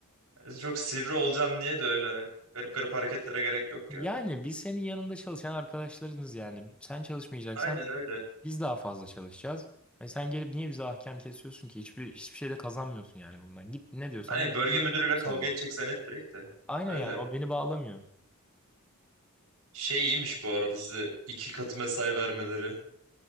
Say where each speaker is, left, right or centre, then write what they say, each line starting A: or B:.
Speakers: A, on the right; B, in the centre.
A: Biz Çok sivri olacağım niye de öyle. Garip garip hareketlere gerek yok
B: Yani
A: ya.
B: biz senin yanında çalışan arkadaşlarınız yani. Sen çalışmayacaksan
A: Aynen öyle.
B: Biz daha fazla çalışacağız. Hani sen gelip niye bize ahkam kesiyorsun ki? Hiçbir hiçbir şey de kazanmıyorsun yani bundan. Git ne diyorsan
A: Aynen
B: da böyle
A: bölge müdürüyle
B: birilerine
A: kavga
B: söyle.
A: edeceksen et direkt de.
B: Aynen
A: Öyle.
B: yani o beni bağlamıyor.
A: Şey iyiymiş bu arada size iki katı mesai vermeleri.